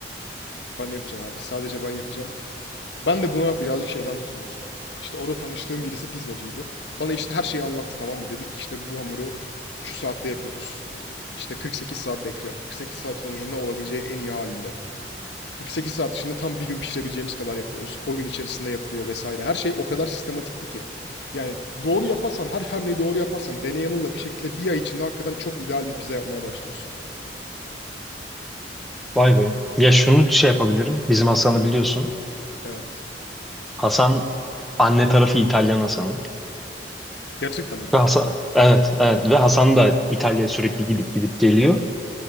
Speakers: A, on the left (about 75°); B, in the centre.
A: Ben de yapacağım abi. Sadece ben yapacağım. Ben de buna birazcık şeyden tutulmuştum. İşte orada tanıştığım birisi pizzacıydı. Bana işte her şeyi anlattı tamam mı? Dedi ki işte bu hamuru şu saatte yapıyoruz. İşte 48 saat bekliyor. 48 saat sonucunda olabileceği en iyi halinde. 48 saat içinde tam bir gün pişirebileceğimiz kadar yapıyoruz. O gün içerisinde yapılıyor vesaire. Her şey o kadar sistematikti ki. Yani doğru yaparsan, her hamleyi doğru yaparsan, deney yanılla bir şekilde bir ay içinde hakikaten çok ideal bir pizza yapmaya başlıyorsun.
B: Vay be. Ya şunu şey yapabilirim. Bizim Hasan'ı biliyorsun.
A: Evet.
B: Hasan anne tarafı İtalyan Hasan'ın.
A: Gerçekten mi?
B: Ve Hasan evet evet ve Hasan da İtalya'ya sürekli gidip gidip geliyor.